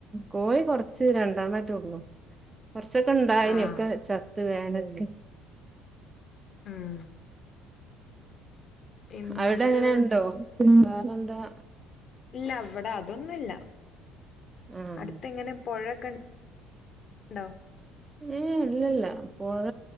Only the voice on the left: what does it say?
ആഹ്
ഉം എന്നിട്ട്
ഇല്ല അവിടെ അതൊന്നുമല്ല
അടുത്തങ്ങനെ പുഴൊക്കെണ്ട് ണ്ടോ